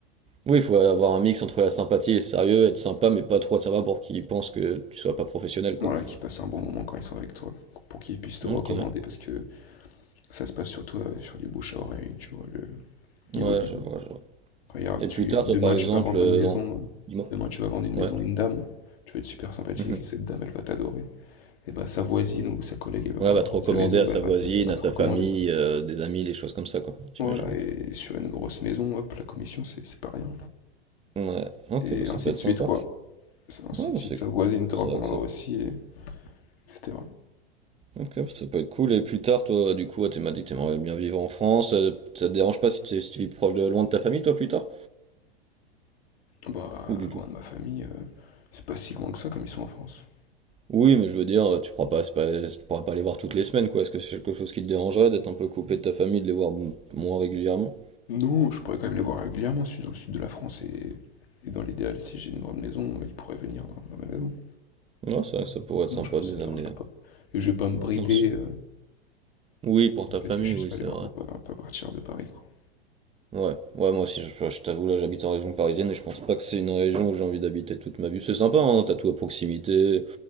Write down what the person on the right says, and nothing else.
Oui, il faut avoir un mix entre la sympathie et le sérieux, être sympa mais pas trop de sympa pour qu'ils pensent que tu sois pas professionnel, quoi.
Ok.
Ouais,
je vois, je vois.
Et
plus tard,
toi, par exemple,
euh,
dans-
dis-moi.
Ouais.
Mhm.
Ouais,
va te
recommander
à
sa
voisine,
à
sa
famille, euh, des amis, des choses comme ça, quoi, j'imagine.
Ouais. Ok,
bah ça
peut être
sympa.
Ouais,
bah,
c'est
cool.
C'est
vrai que ça...
Ok, bah, ça peut être cool. Et plus tard, toi, du coup, tu m'as dit que t'aimerais bien vivre en France. euh, Ça te dérange pas si tu, si tu vis proche de loin de ta famille, toi, plus tard?
Ou du
tout?
Oui, mais je veux dire, tu pourras pas, c'est pas- tu pourras pas les voir toutes les semaines, quoi. Est-ce que c'est quelque chose qui te dérangerait d'être un peu coupé de ta famille, de les voir m- moins régulièrement?
Ouais, ça, ça pourrait être
sympa
de
les
amener.
Non, c'est-
Oui, pour
ta
famille,
oui,
c'est
vrai.
Ouais, ouais, moi aussi, je, je t'avoue, là, j'habite en région parisienne et je pense pas que c'est une région où j'ai envie d'habiter toute ma vie. C'est sympa, hein, t'as tout à proximité,